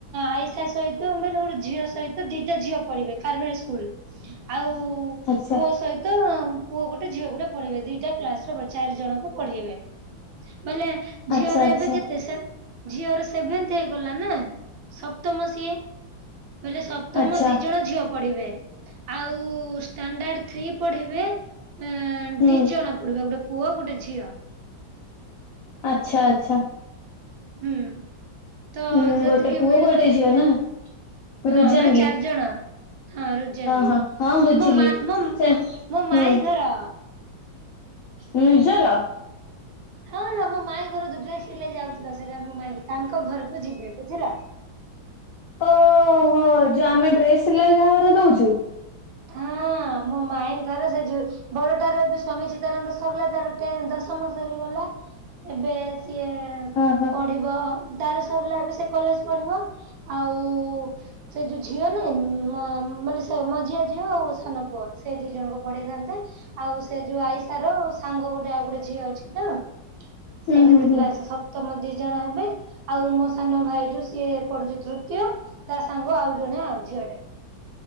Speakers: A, on the right; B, on the left.
A: ଆଇସାସ ସହିତ <unintelligible> ଝିଅ ସହିତ ଦିଟା ଝିଅ ପଢିବେ <unintelligible> ସ୍କୁଲ। ଆଉ-ଉ-ଉ-ଉ
B: ଆଚ୍ଛା
A: ପୁଅ ସହିତ ପୁଅ ଗୋଟେ ଝିଅ ଗୋଟେ ପଢିବେ। ଦିଇଟା କ୍ଲାସର ଚାରି ଜଣଙ୍କୁ ପଢ଼େଇବେ। ଵଲେ ଝିଅର
B: ଆଚ୍ଛା ଆଚ୍ଛା
A: ଏବେ କେତେ ସେନ୍ ଝିଅର ସେଭେନ୍ଥ ହେଇଗଲା ନା ସପ୍ତମ ସିଏ। ବୋଇଲେ ସପ ତମ
B: ଆଚ୍ଛା।
A: ଦି ଜଣ ଝିଅ ପଢିବେ ଆଉ-ଉ-ଉ-ଉ ଷ୍ଟାଣ୍ଡାର୍ଡ ଥ୍ରୀ ପଢିବେ ଅ-ଅ-ଅ
B: ହୁଁ
A: ଦି ଜଣ ପଢ଼ିବେ ଗୋଟେ ପୁଅ ଗୋଟେ ଝିଅ।
B: ଆଛା ଆଛା।
A: ହୁଁ ତ
B: ଉଁ
A: ଯଦି
B: ଗୋଟେ
A: କିଏ
B: ପୁଅ
A: ମିଳିବ
B: ଗୋଟେ
A: ଦିଦି
B: ଝିଅ ନା?
A: ହଁ
B: ରୁଜାଙ୍ଗୀ
A: ବୋଲେ ଚାରି ଜଣ ହଁ ରୋଜି ଆଙ୍ଗି।
B: ହଁ ହଁ ବୁଝିଲି
A: ମୋ ମା ମୋ ମୋ
B: ସେ
A: ମାଇଁ
B: ହୁଁ
A: ଘର
B: ନିଜର?
A: ହଁ ନା ମୋ ମାଇଁ ଘର ଯୋ ଡ୍ରେସ ସିଲେଇ ଯାଉଥିଲ ସେଇଟା ମୋ ମାଇଁ ତାଙ୍କ ଘରକୁ ଯିବି ଏବେ ବୁଝିଲ।
B: ଓହୋ ଯୋଉ ଆମେ ଡ୍ରେସ୍ ସିଲାଇ ଯାହା ଘରେ ଦଉଛୁ।
A: ହଁ। ହଁ ମୋ ମାଇଁଙ୍କର ସେ ଯୋ ବଡଟାରେ ଯ ସ୍ଵାମୀ ଚିଦାନନ୍ଦ ସରିଲା ତାର ଟେନ୍ ଦଶମ ସରିଗଲା। ଏବେ ସିଏ
B: ହଁ ହଁ
A: ପଢିବ ତାର ସରିଲା ଏବେ ସେ କଲେଜ ପଢିବ। ଆଉ-ଉ-ଉ-ଉ-ଉ ସେ ଯୋଉ ଝିଅ ନୁହେଁ ଉ-ଉ-ଉ ମ ମାନେ ସେ ମଝିଆ ଝିଅ ଆଉ ସାନ ପୁଅ ସେଇ ଦି ଜଣଙ୍କୁ ପଢେଇଥାନ୍ତେ। ଆଉ ସେ ଯୋଉ ଆଇସାର ସାଙ୍ଗ ଗୋଟେ ଆଉ ଗୋଟେ ଝିଅ ଅଛି ତ। ସେଭେନ୍ଥ
B: ହୁଁ ହୁଁ
A: କ୍ଲାସ
B: ହୁଁ
A: ସପ୍ତମ ଦି ଜଣ ହେବେ। ଆଉ ମୋ ସାନ ଭାଇ ଯୋଉ ସିଏ ପଡୁଛି ତୃତୀୟ ତା ସାଙ୍ଗ ଆଉ ଜଣେ ଆଉ ଝିଅ ଟେ।